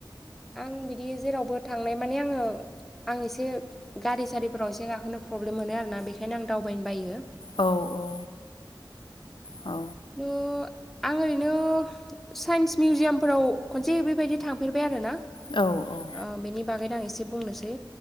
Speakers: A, in the centre; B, on the left (about 75°).
A: आं बिदि जेरावबो थांनाय माने आङो आं एसे गारि सारिफोराव एसे गाखोनो प्रब्लेम मोनो आरोना बेखायनो आं दावबायनो बायो
B: औ औ औ
A: द' आं ओरैनो साइन्स मिउजियामफोराव खनसे बेबायदि थांफेरबाय आरो ना
B: औ औ
A: ओ बेनि बागैनो आं एसे बुंनोसै